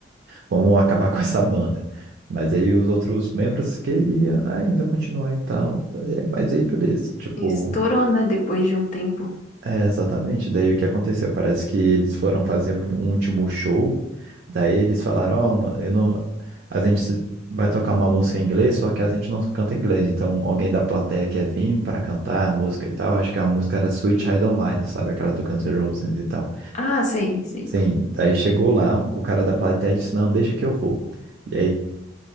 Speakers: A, on the right; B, on the left.
A: vamos acabar com essa banda. Mas aí os outros membros queriam ainda continuar e tal. É, Mas aí beleza, tipo,
B: Estourou, né? Depois de um tempo.
A: é exatamente. Daí o que aconteceu? Parece que eles foram fazer um, um último show. Daí eles falaram, ó, mano, eu não. A gente se- vai tocar uma música em inglês, só que a gente não canta inglês. Então alguém da plateia quer vir para cantar a música e tal. Acho que a música era Sweet
B: Sim.
A: Child O' Mine, sabe? Aquela do Guns N' Roses e tal.
B: Ah, sei, sei.
A: Sim, daí chegou lá, o cara da plateia disse, não, deixa que eu vou. E aí